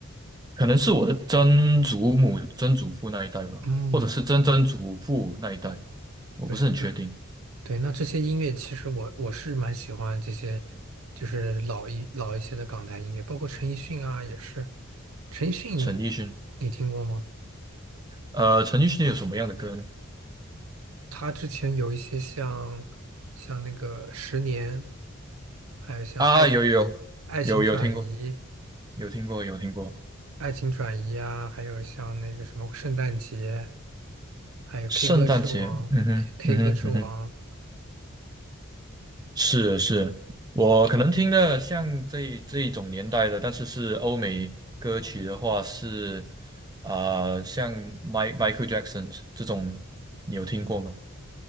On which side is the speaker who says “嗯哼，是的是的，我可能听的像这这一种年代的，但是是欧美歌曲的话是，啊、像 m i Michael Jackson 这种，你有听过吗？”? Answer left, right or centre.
Right